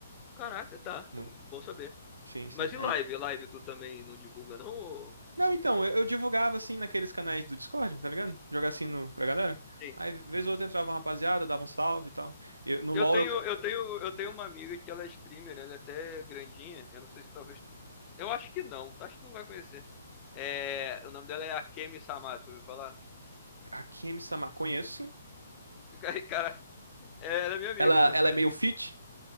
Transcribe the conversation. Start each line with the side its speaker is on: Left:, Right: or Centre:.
Left: Caraca, tá.
Right: Muito.
Left: é Bom saber.
Right: Sim, sim.
Left: Mas e
Right: Aí.
Left: live? Live tu também não divulga, não? ou-
Right: Não, então, eu, eu divulgava assim naqueles canais do Discord, tá ligado? Jogar assim no, pra galera.
Left: Sim.
Right: Aí, vez ou outra, entrava uma rapaziada, dava um salve e tal. Eu- no LoL,
Left: Eu tenho,
Right: eu. ca-
Left: eu tenho, eu tenho uma amiga que ela é streamer, ela é até grandinha. Eu não sei se talvez. Eu acho que não, tá? acho que não vai conhecer. É, o nome dela é Akemi Samasu, ouviu falar?
Right: A Kemi Sama, conheço sim.
Left: <laughs> Cara, é, ela é minha amiga,
Right: Ela,
Left: eu
Right: ela
Left: conheço.
Right: é meio fit.